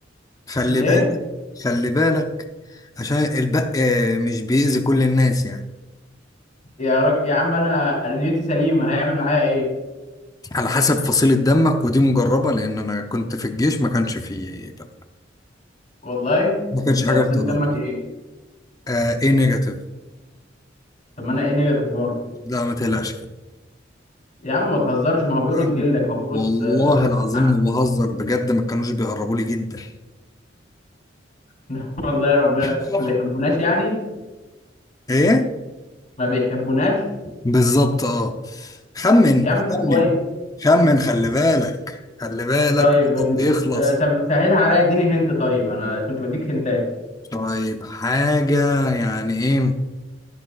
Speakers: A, on the left; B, on the left.
A: خلي
B: الايه
A: بالك خلي بالك عشان البق آه، مش بيأذي كل الناس يعني
B: يا رج... يا عم انا نيتي سليمه هيعمل معايا ايه
A: على حسب فصيلة دمك ودي مجربة لأن أنا كنت في الجيش ما كانش فيه بق
B: والله
A: ما كانش
B: انت
A: حاجة
B: فصل
A: بتقربني
B: دمك ايه
A: آه، إيه نيجاتيف؟
B: طب ما انا ايه نيجاتيف برضه
A: لا ما تقلقش
B: يا عم ما تهزرش ما هو بيقرص
A: يا عم
B: جلدك هو بيقرص
A: والله
B: آه،
A: العظيم
B: ع-
A: ما بهزر بجد ما كانوش بيقربوا لي جدا
B: <laughs> والله يا ربنا
A: مصطفى
B: ما بيحبوناش يعني
A: ايه
B: ما بيحبوناش
A: بالظبط اه خمن
B: يا عم طب
A: خمن
B: كويس
A: خمن خلي بالك خلي بالك
B: طيب
A: وقتك
B: ال-
A: بيخلص
B: آه، طب سهلها عليا اديني هنت طيب انا كنت بديك هنتات
A: طيب حاجة يعني ايه